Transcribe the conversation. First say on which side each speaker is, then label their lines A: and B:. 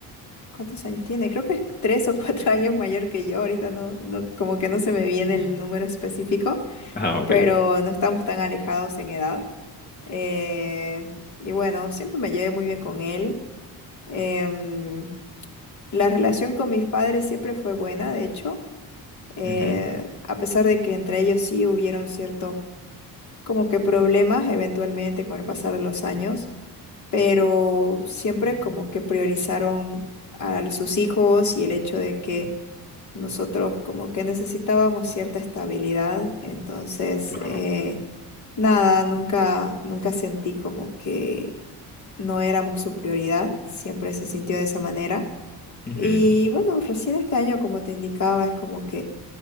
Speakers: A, on the left (about 50°); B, on the left (about 25°).
A: ¿Cuántos años tiene? Creo que es tres o cuatro <laughs> años mayor que yo. Ahorita no, no, como que no se me viene el número específico,
B: Ah, ok.
A: pero no estamos tan alejados en edad. Eh, y bueno, siempre me llevé muy bien con él. Em, la relación con mis padres siempre fue buena, de hecho, Eh,
B: Ujú,
A: a pesar de que entre ellos sí hubieron ciertos como que problemas eventualmente con el pasar de los años, pero siempre como que priorizaron a sus hijos y el hecho de que Nosotros como que necesitábamos cierta estabilidad, entonces
B: Claro.
A: eh, nada, nunca, nunca sentí como que no éramos su prioridad, siempre se sintió de esa manera.
B: Ujú,
A: Y bueno, recién este año, como te indicaba, es como que